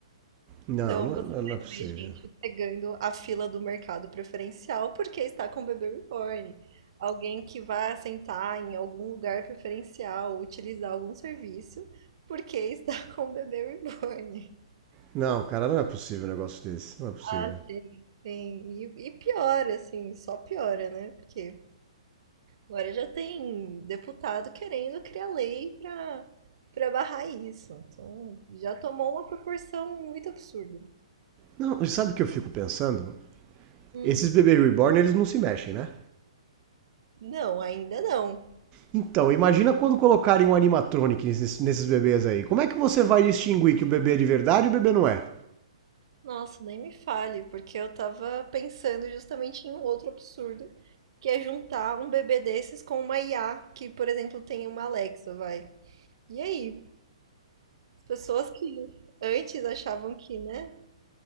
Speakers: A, on the right; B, on the right.
A: Não,
B: Então
A: não
B: você
A: é, não é possível.
B: vai ver gente pegando a fila do mercado preferencial porque está com o bebê reborn. Alguém que vai sentar em algum lugar preferencial, utilizar algum serviço porque está <laughs> com o bebê reborn.
A: Não, cara, não é possível um negócio desse. Não é possível.
B: Ah, sim, sim. E, e piora, assim, só piora, né? Porque agora já tem deputado querendo criar lei para para barrar isso. Então já tomou uma proporção muito absurda.
A: Não, sabe o que eu fico pensando?
B: Hum.
A: Esses bebês reborn, eles não se mexem, né?
B: Não, ainda não.
A: Então, imagina quando colocarem um animatronic nesses, nesses bebês aí. Como é que você vai distinguir que o bebê é de verdade e o bebê não é?
B: Nossa, nem me fale, porque eu tava pensando justamente em um outro absurdo, que é juntar um bebê desses com uma IA, que, por exemplo, tem uma Alexa, vai. E aí? As Pessoas que antes achavam que, né,